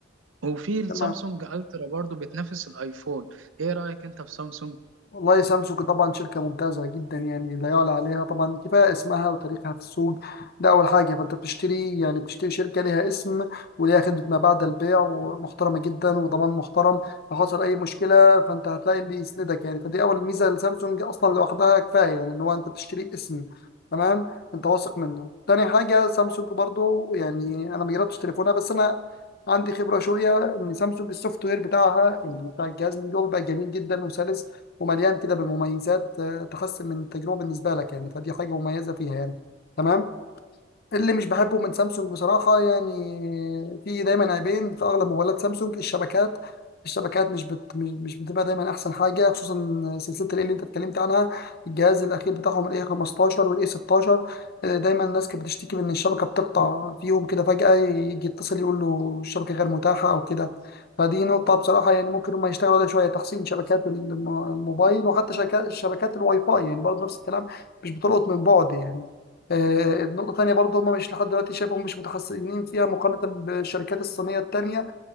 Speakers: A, on the right (about 70°); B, on the left (about 55°).
A: وفي السامسونج
B: تمام
A: الترا برضو بتنافس الايفون ايه رايك انت في سامسونج
B: والله سامسونج طبعا شركة ممتازة جدا يعني لا يعلى عليها طبعا كفاية اسمها وتاريخها في السوق ده أول حاجة فأنت بتشتري يعني بتشتري شركة ليها اسم وليها خدمة ما بعد البيع ومحترمة جدا وضمان محترم لو حصل أي مشكلة فأنت هتلاقي اللي يسندك يعني فدي أول ميزة لسامسونج أصلا لوحدها كفاية يعني إن هو أنت بتشتري اسم تمام أنت واثق منه تاني حاجة سامسونج برضو يعني أنا ما جربتش تليفونها بس أنا عندي خبرة شوية إن سامسونج السوفت وير بتاعها يعني بتاع الجهاز من جوه بيبقى جميل جدا وسلس ومليان كده بمميزات آه، تحسن من التجربة بالنسبة لك يعني فدي حاجة مميزة فيها يعني تمام اللي مش بحبه من سامسونج بصراحة يعني في دايما عيبين في أغلب موبايلات سامسونج الشبكات الشبكات مش بت... مش مش بتبقى دايما أحسن حاجة خصوصا سلسلة ال اللي أنت اتكلمت عنها الجهاز الأخير بتاعهم ال A15 وال A16 آه، دايما الناس كانت بتشتكي من إن الشبكة بتقطع فيهم كده فجأة يجي يتصل يقول له الشبكة غير متاحة أو كده فدي نقطة بصراحة يعني ممكن هم يشتغلوا عليها شوية تحسين شبكات الم- الموبايل وحتى شبكات شبكات الواي فاي يعني برضه نفس الكلام مش بتلقط من بعد يعني آه، النقطة التانية برضه هم مش لحد دلوقتي شايفهم مش متحسنين فيها مقارنة بالشركات الصينية التانية